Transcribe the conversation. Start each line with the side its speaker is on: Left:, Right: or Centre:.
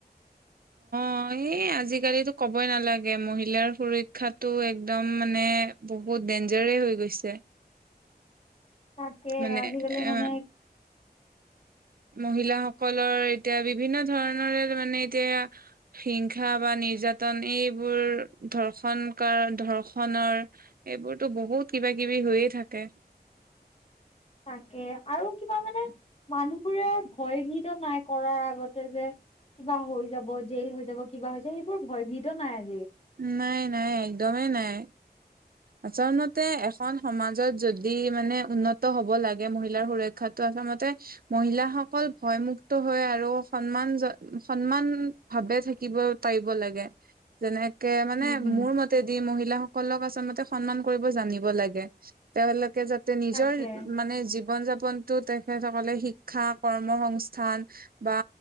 Left: <inaudible>
Right: অ' এই আজিকালি কবই নালাগে, মহিলাৰ সুৰক্ষাতো একদম মানে বহুত বহুত ডেঞ্জাৰে হৈ গৈছে।
Left: তাকে
Right: মানে
Left: আজিকালি
Right: এ
Left: মানে।
Right: মহিলাসকলৰ এতিয়া বিভিন্ন ধৰণৰে মানে এতিয়া হিংসা বা নিৰ্যাতন এইবোৰ ধৰ্ষকা ধৰ্ষণৰ এইবোৰতো বহুত কিবাকিবি কিবা কিবি হৈয়ে থাকে।
Left: <inaudible> তাকে আৰু কিবা মানে মানুহবোৰে আৰু ভয় ভিদতো নাই কৰাৰ আগতে যে কিবা হৈ যাব, জেল হৈ যাব, কিবা হৈ যাব, সেইবোৰ ভয় ভীত নাই আৰু
Right: নাই, নাই, একদমেই নাই।
Left: <inaudible>
Right: আচলমতে, এখন সমাজত যদি মানে উন্নত হ'ব লাগে মহিলাৰ সুৰক্ষাতটো আচল আচলমতে, মহিলাসকল ভয়মুক্ত হৈ আৰু সন্মান সন্মান ভাৱে। থাকিব পাৰিব লাগে, যেনেকে মানে
Left: উম হুম
Right: মোৰ মতেদি মহিলাসকলক আচলমতে সন্মান কৰিব জানিব লাগে। তেওঁলোকে যাতে নিজৰ
Left: তাকে
Right: মানে জীৱন যাপন জীৱনটো তেখেতসকলে শিক্ষা কৰ্ম সংস্থান বা